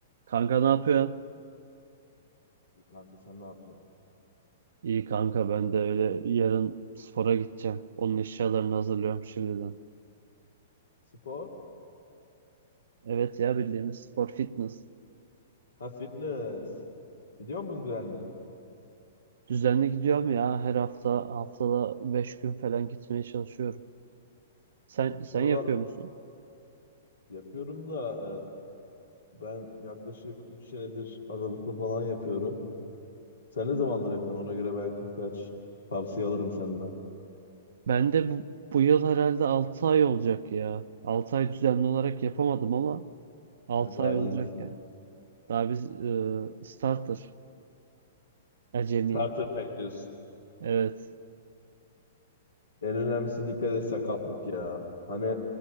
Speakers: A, on the right; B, on the left.
A: Kanka ne yapıyorsun?
B: İyi kanka sen ne yapıyorsun?
A: İyi kanka ben de öyle yarın spora gideceğim. Onun eşyalarını hazırlıyorum şimdiden.
B: Spor?
A: Evet ya bildiğimiz spor fitness.
B: Ha fitness. Gidiyor musun düzenli?
A: Düzenli gidiyorum ya her hafta haftada 5 gün falan gitmeye çalışıyorum. Sen sen
B: Sıralar
A: yapıyor musun?
B: yapıyorum da e, ben yaklaşık 3 senedir aralıklı falan yapıyorum. Sen ne zamandır yapıyorsun? Ona göre belki birkaç tavsiye alırım senden.
A: Ben de bu, bu yıl herhalde 6 ay olacak ya. 6 ay düzenli olarak yapamadım ama 6
B: Ha, daha
A: ay
B: yenisi.
A: olacak yani. Daha biz e, starter, acemi.
B: Starter pack diyorsun.
A: Evet
B: En önemlisi dikkat et sakatlık ya. Hani